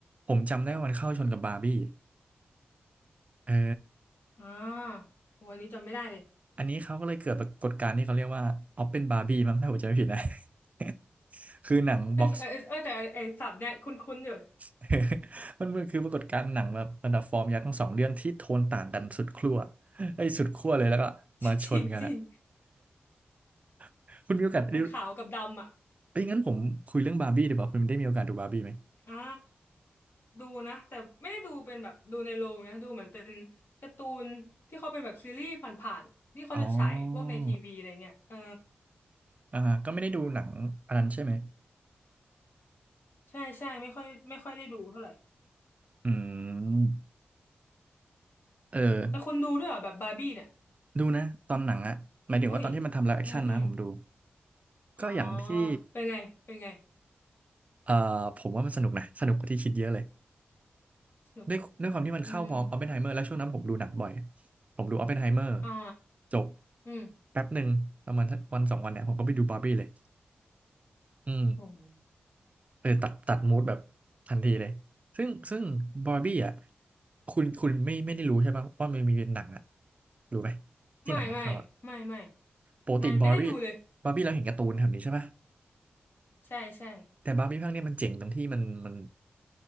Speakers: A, on the right (about 35°); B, on the left (about 60°).
A: ผมจำได้ว่ามันเข้าชนกับบาร์บี้เออ
B: อ่าวันนี้จำไม่ได้เลย
A: อันนี้เขาก็เลยเกิดปรากฏการณ์ที่เขาเรียกว่าออปเป็นบาร์บี้มั้งถ้าผมจำไม่ผิดนะ <laughs> คือหนังบ็อก
B: เอ้ยเออเออเออแต่ไอ้ไอ้ศัพท์เนี่ยคุ้นๆอยู่
A: <laughs> มันมันคือปรากฏการณ์หนังแบบบรรดาฟอร์มยักษ์ทั้งสองเรื่องที่โทนต่างกันสุดขั้วไอ้ยสุดขั้วเลยแล้วก็มาชนกันอะ
B: <laughs> จริงจริง
A: <laughs> คุณมีโอกาสได้
B: มันขาวกับดำอ่ะ
A: เอ้ยงั้นผมคุยเรื่องบาร์บี้ดีกว่าคุณได้มีโอกาสดูบาร์บี้ไหม
B: อ่าดูนะแต่ไม่ได้ดูเป็นแบบดูในโรงนะดูเหมือนเป็นการ์ตูนที่เขาเป็นแบบซีรีส์ผ่านๆที่เขาจะฉายพวกในทีวีอะไรเงี้ยเออ
A: อ๋ออ่าก็ไม่ได้ดูหนังอันนั้นใช่ไหม
B: ใช่ใช่ไม่ค่อยไม่ค่อยได้ดูเท่าไหร่
A: อืมเออ
B: แต่คุณดูด้วยเหรอแบบบาร์บี้เนี่ย
A: ดูนะตอนหนังอะหมายถึงว่าตอนที่มันทำไลฟ์แอคชั่นนะผมดู
B: อุ้ยอืมอืมอ๋อ
A: ก็อย่างที่
B: เป็นไงเป็นไง
A: เอ่อผมว่ามันสนุกนะสนุกกว่าที่คิดเยอะเลย
B: สนุก
A: ด้วยด้วยความที่มันเข้าพร้อมออปเพนไฮเมอร์แล้วช่วงนั้นผมดูหนังบ่อย
B: อืม
A: ผมดูออปเพนไฮเมอร์
B: อ่า
A: จบ
B: อืม
A: แป๊บหนึ่งประมาณสักวันสองวันเนี่ยผมก็ไปดูบาร์บี้เลยอืม
B: โห
A: เออตัดตัดมูดแบบทันทีเลยซึ่งซึ่งบาร์บี้อ่ะคุณคุณไม่ไม่ได้รู้ใช่ปะว่ามันมีเป็นหนังอ่ะรู้ไหมที่หนังมันเข้าอ่ะ
B: ไม่ไม่ไม่ไม่
A: ปกติบาร์บี้
B: ไม่ไม่ได้ดูเลย
A: บาร์บี้เราเห็นการ์ตูนแบบนี้ใช่ปะ
B: ใช่ใช่
A: แต่บาร์บี้ภาคเนี้ยมันเจ๋งตรงที่มันมัน